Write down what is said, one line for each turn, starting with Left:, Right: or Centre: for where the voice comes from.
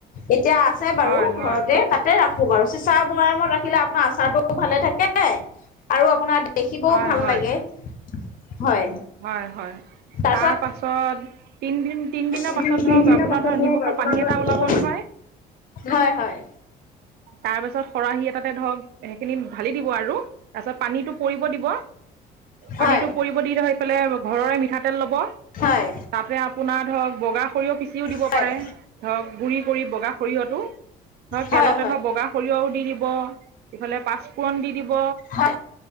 Left: এতিয়া আছে বাৰু
Right: হয় হয়
Left: ঘৰতে তাতে ৰা আৰু চিচা ভয়ামত ৰাখিলে আপোনাৰ আচাৰতটো ভালে থাকে আৰু আপোনাৰ দেখিবও
Right: হয়
Left: ভাল
Right: হয়
Left: লাগে হয়
Right: হয় হয়
Left: তাৰপিছত
Right: তাৰ পাছত তিনদিন তিনদিনৰ
Left: দুদিন
Right: পাছত
Left: তিনদিনৰ
Right: ধৰক আপোনাৰ
Left: পাছত
Right: ধৰ
Left: ধৰক
Right: নিমখৰ
Left: আপোনাৰ
Right: পানী
Left: ধৰক
Right: এটা
Left: ৰাতিপুৱা
Right: ওলাব নহয়
Left: হয় হয়
Right: তাৰ পিছত খৰাহি এটাতে ধৰক সেইখিনি ঢালি দিব আৰু তাৰপিছত পানীটো পৰিব দিব
Left: হয়
Right: পানীটো পৰিব দি এইফালে ঘৰৰে মিঠাতেল লব
Left: হয়,
Right: তাতে আপোনাৰ ধৰক বগা সৰিয়হ পিচিও দিব
Left: হয়
Right: পাৰে ধৰক গুৰি কৰি বগা সৰিয়হটো ধৰক তেলতে
Left: হয় হয়
Right: ধৰ বগা সৰিয়হও দি দিব ইফালে পাঁচফোৰণ দি দিব
Left: হয়